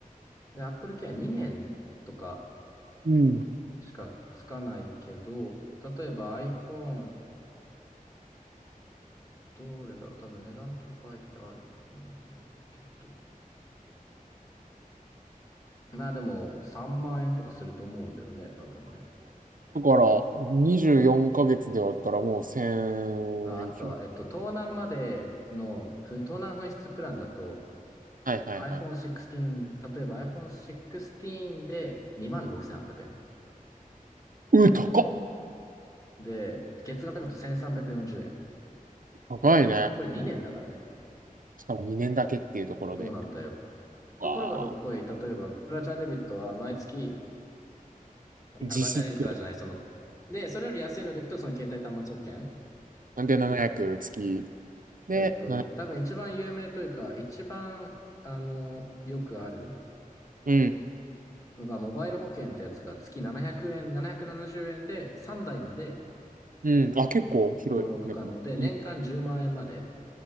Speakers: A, on the left (about 25°); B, on the right (about 70°).
A: ね Apple Care 2年とか
B: うん。だか
A: しかつかないけど、例えば iPhone、どれだろう、多分値段とか書いてあると思うんだけど。まあでも3万円とかすると思うんだよね、多分ね。
B: ら、24ヶ月で割ったらもう1000、
A: あ、あったわ。えっと、盗難までの、ふ盗難紛失プランだと
B: はいはいはい。
A: iPhone 16、例えば iPhone 16で26,800円。
B: うー、高っ。
A: で、月額だと1340円。
B: 高いね。
A: これ2年だからね。
B: しかも2年だけっていうところで。
A: そうなんだよ。
B: わあ。
A: ところがどっこい、例えば、プラチナデビットは毎月、あ、プラチナデビットはじゃない、
B: 実質。
A: その、で、それより安いのでいくと、その携帯端末保険。
B: んで、700月。で、
A: えっと、
B: 7
A: 多分一番有名というか、一番、あの、よくある
B: なうん。
A: のが、モバイル保険ってやつが月700円、770円で3台まで
B: うん。あ、結構広い。
A: 登録可能で、
B: でも。うん
A: 年間10万円まんえんまで